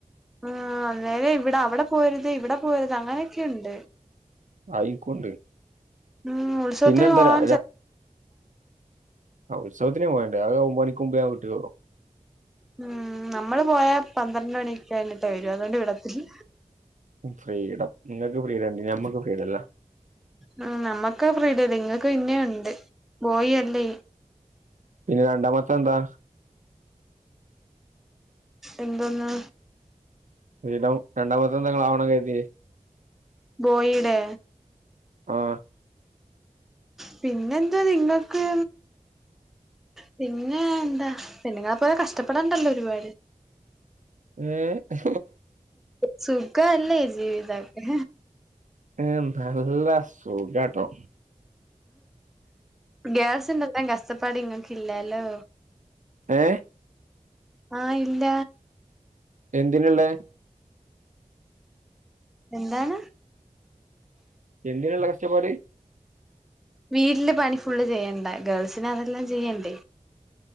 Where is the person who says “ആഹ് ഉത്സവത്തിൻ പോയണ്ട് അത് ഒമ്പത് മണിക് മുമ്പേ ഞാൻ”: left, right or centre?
Right